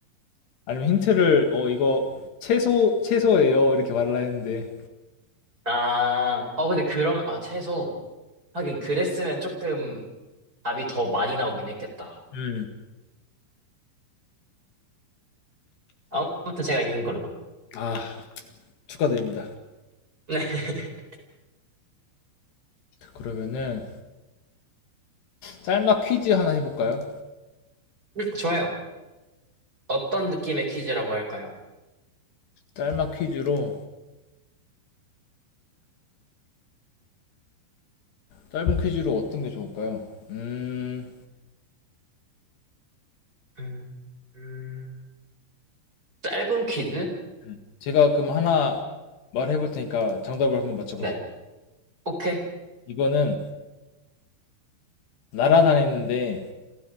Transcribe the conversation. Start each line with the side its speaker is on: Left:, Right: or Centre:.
Left: 아니면 힌트를 어 이거 채소 채소예요. 이렇게 말을 했는데.
Right: 아 어 근데 그러면 아 채소 하긴 그랬으면 조금 답이 더 많이 나오긴 했겠다
Left: 음.
Right: 아무튼 제가 이긴 걸로
Left: 아, 축하드립니다.
Right: <laughs>
Left: 그러면은 짤막 퀴즈 하나 해 볼까요?
Right: 네 좋아요 어떤 느낌의 퀴즈라고 할까요?
Left: 짤막 퀴즈로 짧은 퀴즈로 어떤 게 좋을까요? 음,
Right: 음, 음, 짧은 퀴즈?
Left: 음. 제가 그럼 하나 말해볼 테니까 정답을 한번 맞춰보세요.
Right: 네 오케이
Left: 이거는 날아다니는데